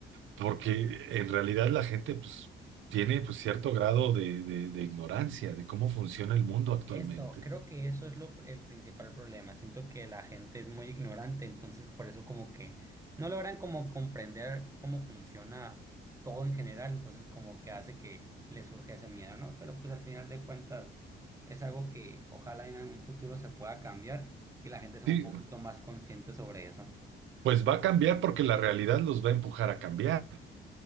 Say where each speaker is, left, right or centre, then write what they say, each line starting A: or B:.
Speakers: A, on the right (about 75°); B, on the right (about 15°).
A: porque en realidad la gente pues, tiene pues, cierto grado de, de- de ignorancia de cómo funciona el mundo actualmente.
B: Eso, creo que eso es lo, el principal problema. Siento que la gente es muy ignorante, entonces por eso como que no logran como comprender cómo funciona todo en general, entonces como que hace que les surge ese miedo, ¿no? Pero pues al final de cuentas es algo que ojalá en un futuro se pueda cambiar y la gente sea
A: Sí,
B: un poquito más consciente sobre eso. ¿no?
A: Pues va a cambiar porque la realidad los va a empujar a cambiar.